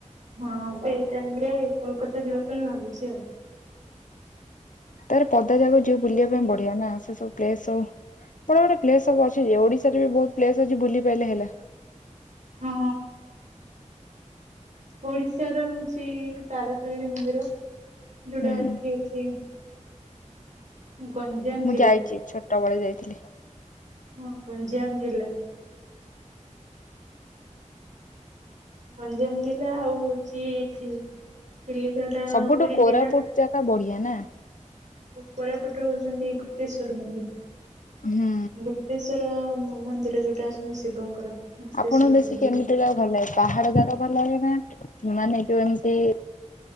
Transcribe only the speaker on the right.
ହଁ ସେଇ ଟାଇମ ରେ କୋଲକାତା ଯିବା ପାଇଁ ଭାବିଛି ଆଉ
ହଁ ଓଡିଶାର ହଉଛି ତାରାତାରିଣୀ ମନ୍ଦିର ଯୋଉଟା
ଏଠି ଅଛି ଗଞ୍ଜାମ
ଜିଲ୍ଲା
ହଁ ଗଞ୍ଜାମ ଜିଲ୍ଲା ଗଞ୍ଜାମ ଜିଲ୍ଲା ଆଉ ହଉଛି ଏଠି ଚିଲଗଟା
ପୁରୀ
ଜିଲ୍ଲା
କୋରାପଟରେ ହଉଛନ୍ତି ଗୁପ୍ତେଶ୍ଵର ମନ୍ଦିର
ଗୁପ୍ କେଶଵର ମନ୍ଦିର ଯୋଉଟା ଅଛନ୍ତି ଶିବଙ୍କର ଗୁପ୍ତେଶ୍ଵର
ଟେମ୍ପଲ